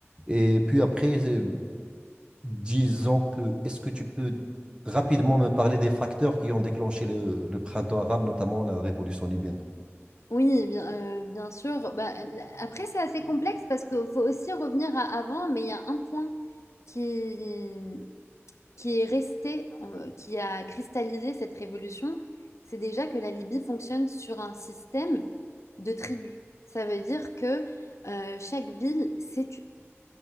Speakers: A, on the right; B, on the left.
A: Et puis après, euh, disons que, est-ce que tu peux rapidement me parler des facteurs qui ont déclenché le, le printemps arabe, notamment la révolution libyenne?
B: Oui, bien, euh, bien sûr. Bah, l- après, c'est assez complexe parce qu'il faut aussi revenir à avant, mais il y a un point qui, qui est resté, euh, qui a cristallisé cette révolution, c'est déjà que la Libye fonctionne sur un système de tribus. Ça veut dire que euh, chaque ville, c'est